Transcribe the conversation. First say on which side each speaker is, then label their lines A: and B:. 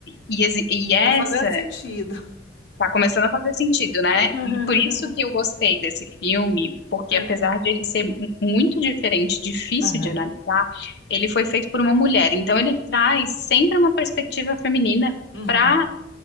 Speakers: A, on the left; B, on the left.
A: e, esse- e essa
B: Tá fazendo sentido.
A: tá começando a fazer sentido, né?
B: <laughs>
A: E por isso que eu gostei desse filme, porque
B: Aham,
A: apesar de ele ser mu- muito diferente, difícil
B: aham,
A: de analisar, ele foi feito por uma mulher. Então ele traz sempre uma perspectiva feminina
B: uhum.
A: para